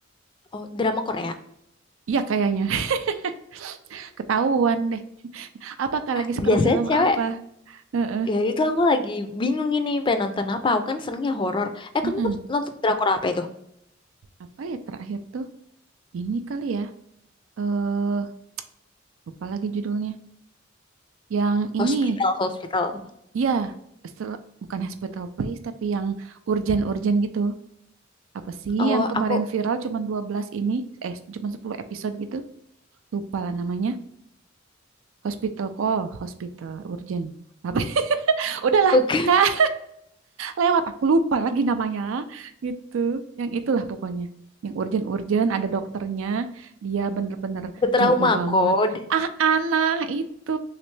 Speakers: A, on the left; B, on the right.
A: Oh, drama Korea.
B: Iya kayaknya. <laughs> Ketahuan deh. Apakah lagi scroll
A: Biasanya
B: film
A: cewek.
B: apa? Heeh.
A: Ya itu aku lagi bingung ini pengen nonton apa. Aku kan senengnya horor. Eh,
B: Mm-mm.
A: kamu nonton drakor apa itu?
B: apa ya terakhir tuh ini kali ya eh lupa lagi judulnya yang ini
A: Hospital, hospital.
B: ya setelah- bukan Hospital Playlist tapi yang urgent-urgent gitu apa sih
A: Oh,
B: yang kemarin
A: aku
B: viral cuman 12 ini eh cuman 10 episode gitu lupa lah namanya Hospital Call Hospital Urgent apa <laughs> udahlah
A: oke.
B: Kak lewat aku lupa lagi namanya gitu yang itulah pokoknya yang urgent-urgent ada dokternya dia bener-bener
A: <laughs> Ke Trauma
B: jago banget
A: code.
B: ah Ana itu